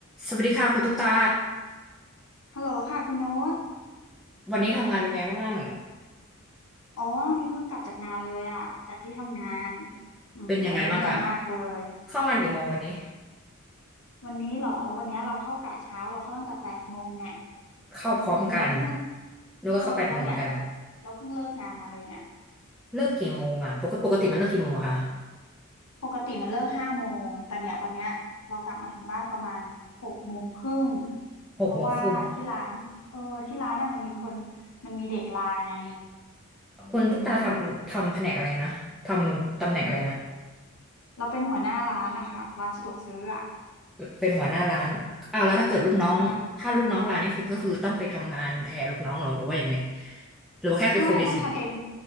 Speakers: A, in the centre; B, on the left.
A: สวัสดีค่ะคุณตุ๊กตา
B: ฮัลโหลค่ะคุณโน้ต
A: วันนี้ทำงานเป็นไงบ้าง
B: อ๋อวันนี้เพิ่งกลับจากงานเลยอ่ะจากที่ทำงาน อืม
A: เป็นยังไงบ้างคะ
B: วันนี้เหนื่อยมากเลย
A: เข้างานกี่โมงวันนี้
B: วันนี้เหรอวันนี้เราเข้ากะเช้าเราเข้าตั้งแต่แปดโมงเนี่ย
A: เข้าพร้อมกัน
B: อืมเราเพิ่ง
A: หนูก็เข้าแปดโมงเหมือนกัน
B: เออแล้วเนี่ยเราเราเพิ่งเลิกงานมาเลยเนี่ย
A: เลิกกี่โมงอ่ะปกติปกติมันเลิกกี่โมงอะคะ
B: ปกติมันเลิกห้าโมงแต่เนี่ยวันเนี้ยเรากลับมาถึงบ้านประมาณหกโมงครึ่ง
A: หกโมงครึ่ง
B: เพราะว่าที่ร้าน เออที่ร้านอ่ะมันมีคนมันมีเด็กลาไง
A: คุณตุ๊กตาทำทำแผนกอะไรนะทำตำแหน่งอะไรนะ
B: อืมเราเป็นหัวหน้าร้านนะคะร้านสะดวกซื้ออ่ะ
A: เป็นหัวหน้าร้านอ้าวแล้วถ้าเกิดลูกน้องถ้าลูกน้องร้านนี่คือก็คือต้องไปทำงานแทนลูกน้องเหรอหรือว่ายังไง
B: ใช่
A: หรือว่าแค่ไปคุมเฉย
B: ใช่ต้องทำเอง